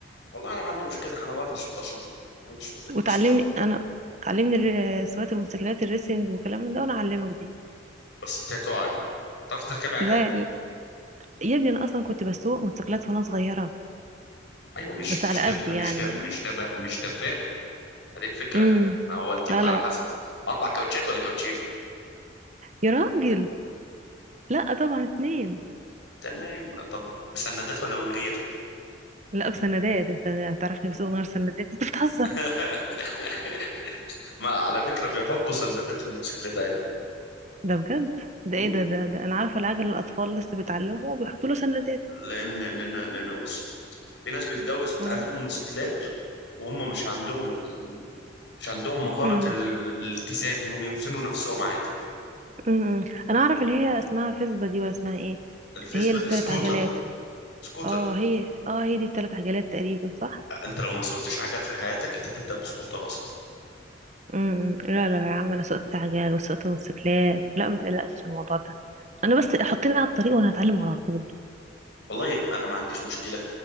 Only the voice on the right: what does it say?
وتعلمني
انا تعلمني الر- سواقة الموتوسيكلات الريسنج وكلام من ده وانا اعلمك دي
لا لا. يا ابني انا اصلا كنت بسوق موتوسيكلات وانا صغيرة
بس
على
قد
يعني
امم
لا لا
يا راجل لا طبعا اتنين
لا بسندات انت هتعرفني بسوق من غير سندات انت بتهزر
ده بجد ده
ايه ده ده, ده انا عارفه العجل الاطفال لسه بيتعلموا وبيحطوا له سندات
امم
امم
امم انا اعرف اللي هي اسمها فيسبا دي ولا اسمها ايه
هي اللي بتلات
عجلات
اه هي اه هي دي بتلات عجلات تقريبا صح
امم امم. لا لا يا عم انا سوقت عجل وسوقت موتوسيكلات لا ما تقلقش في الموضوع ده انا بس حطيني على الطريق وانا هتعلم على طول